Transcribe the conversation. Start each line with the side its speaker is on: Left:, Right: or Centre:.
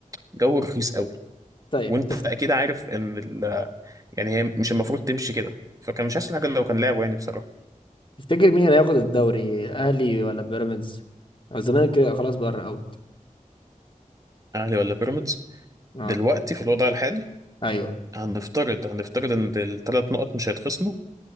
Right: جو رخيص قوي
Left: طيب
Right: وانت
Left: تف-
Right: اكيد عارف ان ال يعني هي مش المفروض تمشي كده فكان مش احسن حاجة لو كان لعبه يعني بصراحة
Left: تفتكر مين اللي هياخد الدوري اهلي ولا بيراميدز أو الزمالك كده خلاص بره اوت
Right: اهلي ولا بيراميدز
Left: اه
Right: دلوقتي في الوضع الحالي
Left: ايوه
Right: هنفترض هنفترض ان الثلاث نقط مش هيتخصموا